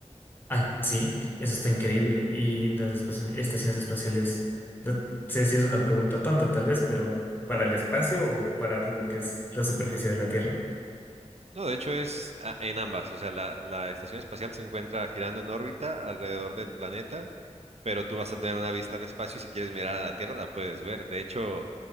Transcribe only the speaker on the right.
No, de hecho es ah, en ambas. O sea, la, la estación espacial se encuentra girando en órbita alrededor del planeta, pero tú vas a tener una vista al espacio y si quieres mirar a la Tierra la puedes ver. De hecho,